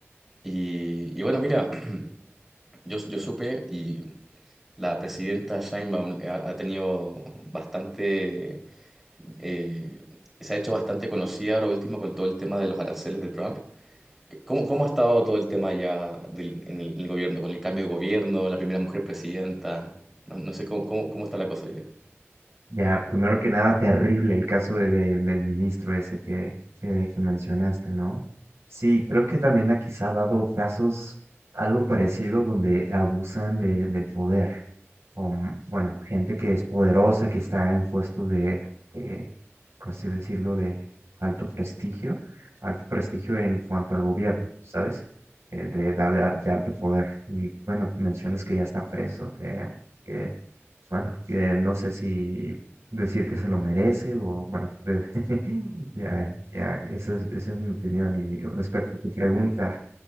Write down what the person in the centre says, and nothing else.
Y, y bueno, mira, <clears throat> yo, yo supe y La presidenta Sheinbaum eh, ha, ha tenido bastante, eh, se ha hecho bastante conocida ahora último con todo el tema de los aranceles de Trump. ¿Cómo, cómo ha estado todo el tema ya del, en el, en el gobierno, con el cambio de gobierno, la primera mujer presidenta? No, no sé cómo, cómo, cómo está la cosa ya.